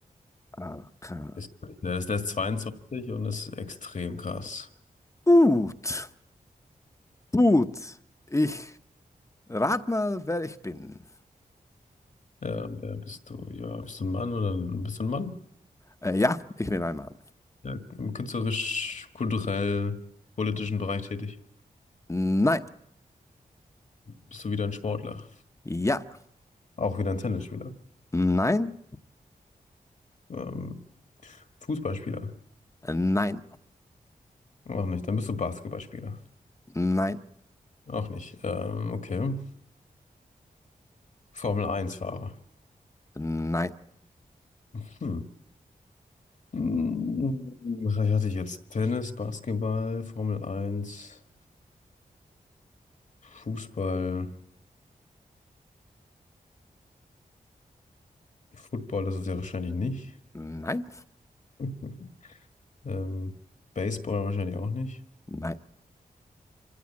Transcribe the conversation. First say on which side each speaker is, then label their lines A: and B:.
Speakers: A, on the left (about 20°); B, on the left (about 55°).
A: Alcaraz.
B: Ist, der ist, der ist 22 und ist extrem krass.
A: Gut, gut. Ich rat mal, wer ich bin.
B: Ja, wer bist du? Ja, bist du ein Mann oder bist du ein Mann?
A: Äh, ja, ich bin ein Mann.
B: ja, im künstlerisch, kulturell, politischen Bereich tätig.
A: Nein.
B: Bist du wieder ein Sportler?
A: Ja.
B: Auch wieder ein Tennisspieler.
A: Nein.
B: Ähm, Fußballspieler?
A: Nein.
B: Auch nicht. Dann bist du Basketballspieler.
A: Nein.
B: Auch nicht. Ähm, okay. Formel Eins fahrer
A: Nein.
B: Hm. Hm, Was hatte ich jetzt? Tennis, Basketball, Formel Eins Fußball, Football ist es ja wahrscheinlich nicht.
A: Nein.
B: <laughs> Ähm, Baseball wahrscheinlich auch nicht.
A: Nein.